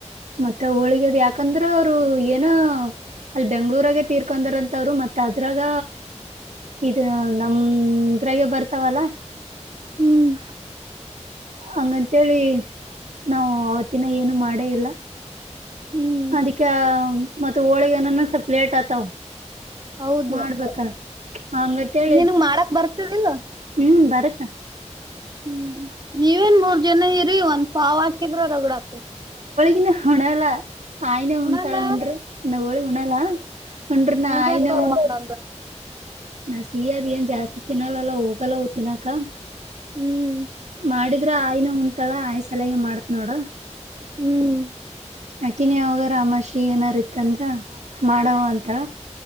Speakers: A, on the right; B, on the right.
A: ಮತ್ತೆ ಹೋಳಗದ್ ಯಾಕಂದ್ರ ಅವರು ಏನೋ ಅಲ್ಲಿ ಬೆಂಗ್ಳೂರಾಗೆ ತೀರ್ಕೊಂಡರಂತವ್ರು ಮತ್ತತ್ ಅದ್ರಾಗ ಇದು ನಮ್ರಾಗ ಬರ್ತಾವಲ್ಲ
B: ಹ್ಮ್
A: ಹಂಗಂತೇಳಿ ನಾವು ಅವತ್ತಿನ ಏನು ಮಾಡೇ ಇಲ್ಲ
B: ಹ್ಮ್
A: ಅದಿಕ ಮತ್ತ ಹೋಳಿಗೆನ ಸ್ಪ್ಲೇಟ್ ಆತಾವ
B: ಹೌದು
A: ಮಾಡ್ಬೇಕಾ ಹಂಗತ್ ಹೇಳಿ
B: ನಿನಗ್ ಮಾಡಕ್ ಬರ್ತದಿಲ್ಲ
A: ಹ್ಮ್ ಬರತ್ತ
B: ಹ್ಮ್ ನೀವೇನ್ ಮೂರ್ ಜನ ಇರಿ ಒಂದ ಪಾವ ಹಕಿದ್ರ ರಗಡಾತ
A: ಇನ್ನು ಉಣಲ್ಲ ಆಯನ ಉಣ್ತಾಳ
B: ಉಣಲ್ಲ
A: ಉಂಡ್ರಿ ನಾವಳಿ ಉಣಲ್ಲ ಹನ್್ರಿ ನಯನ
B: ಉಣ್ಬೇಕು
A: ಉಣ
B: ಒಂದೊಂದು
A: ನಾ ಸಿಹ ಅದ್ ಏನ್ ಜಾಸ್ತಿ ತಿನ್ನಲ್ಲಲ್ಲ ಹೋಗಲ್ಲ ತಿಿನಾಕ
B: ಹ್ಮ್
A: ಮಾಡಿದ್ರ ಆಯಿನ ಉಂ್ತಾಳ ಆಯ ಸಲಯಾಗ ಮಾಡತ್ ನೋಡ
B: ಹ್ಮ್
A: ಆಕಿನಿ ಅವಾಗ ರಾಮಾಷಿ ಏನಾರ ಇತ್ತಂದ್ರ ಮಾಡವ ಅಂತಳ